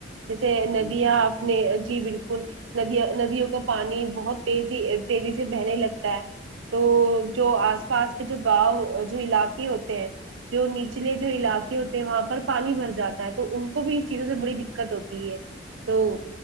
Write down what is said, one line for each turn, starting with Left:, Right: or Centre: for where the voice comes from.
Right: جیسے ندیاں
Left: جی جی
Right: اپنے
Left: ہاں
Right: جی بالکل ندیا ندیوں کا پانی بہت تیزی تیزی سے بہنے لگتا ہے تو جو آس پاس کے جو گاؤں جو علاقے ہوتے ہیں جو نیچلے جو علاقے ہوتے ہیں وہاں پر پانی بھر جاتا ہے تو ان کو بھی اس چیزوں سے بڑی دق دق ہوتی ہے تو